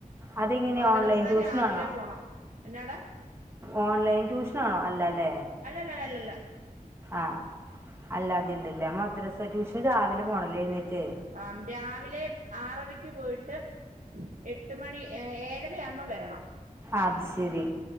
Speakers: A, on the right (about 15°); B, on the right (about 65°).
A: അതെങ്ങനെയാ
B: മദ്റസ
A: ഓൺലൈൻ ട്യൂഷനാണോ
B: രാവിലെ പോണം എന്നാടാ
A: ഓൺലൈൻ ട്യൂഷനാണോ അല്ലല്ലേ
B: ലലല്ലല്ല
A: ആഹ് അല്ലാതീ ഇണ്ട്ല്ല മദ്രസ ട്യൂഷന് രാവിലെ പോണല്ലേ എഴ്ന്നേറ്റ്
B: ആം രാവിലെ ആറരക്ക് പോയിട്ട് എട്ട് മണി ഏ ഏഴരയാവുമ്പം വെരണം
A: അത്ശെരി